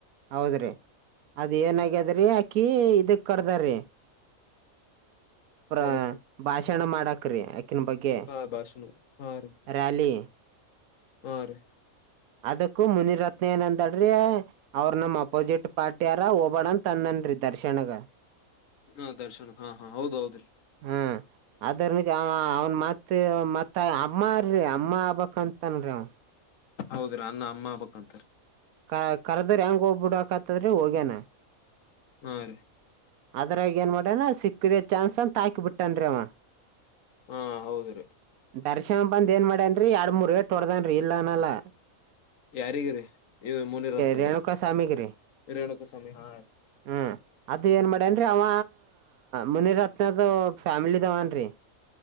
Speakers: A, on the right; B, on the left.
A: ಹೌದ್ರಿ ಅದ್ ಏನಗ್ಯದ್ರಿ ಅಕಿ ಇದಕ್ ಕರ್ದಾರ್ರಿ ಪ್ರ
B: ಎದಕ್
A: ಭಾಷಣ ಮಾಡಕ್ರೀ ಅಕಿನ ಬಗ್ಗೆ
B: ಹಾ ಭಾಷಣ ಹಾ ರೀ
A: ರ‍್ಯಾಲಿ
B: ಹಾ ರೀ
A: ಅದಕ್ಕೂ ಮುನಿರತ್ನ ಏನಂದಳರಿ ಅವ್ರ ನಮ ಅಪೋಸಿಟ್ ಪಾರ್ಟಿ ಯಾರ ಹೋಗಬ್ಯಾಡ ತಂದನ ನನ್ರಿ ದರ್ಶನಗ
B: ಹಾ ದರ್ಶನಗ ಹಾ ಹಾ ಹೌದ ಹೌದ್ರೀ
A: ಹ್ಮ್ ಅದರ್ನಗ ಅವ್ನ್ ಮತ್ ಮತ್ತ ಅಮ್ಮರೀ ಅಮ್ಮ ಆಬಕ್ಂತನರಿ ಅವನ್
B: ಹೌದ್ರಿ ಅನ್ನ ಅಮ್ಮ ಹಾಬೆಕ್ಂತರಿ
A: ಕ ಕರ್ದರ್ ಹೆಂಗ ಹೋಗ್ಬಿಡ್ಕತ್ತದ್ರೆ ಹೋಗ್ಯನ
B: ಹಾ ರೀ
A: ಅದ್ರಾಗ ಏನ್ ಮಾಡನ ಸಿಕ್ಕದೆ ಚಾನ್ಸ್ ಅಂತ ಹಾಕ ಬಿಟ್ಟನ್ ರಿ ಅವ
B: ಹಾ ಹೌದ್ರಿ
A: ದರ್ಶನ ಬಂದ ಏನ್ ಮಾಡ್ಯನ್ರಿ ಎರಡ್ ಮೂರ್ ಎಟ ಒಡ್ದನ್ರಿ ಇಲ್ಲ ಅನಲ್ಲಾ
B: ಯಾರಿಗರಿ ಇ ಮುನಿರತ್ನಗಿರಿ
A: ರೇಣುಕಾ ಸ್ವಾಮಿಗ್ರಿ
B: ರೇಣುಕುಸ್ವಾಮಿಗ ಹ ರಿ
A: ಹ ಅದು ಏನ್ ಮಾಡೇನ್ರಿ ಅವ ಮುನಿರತ್ನದ ಫ್ಯಾಮಿಲದವನ್ರಿ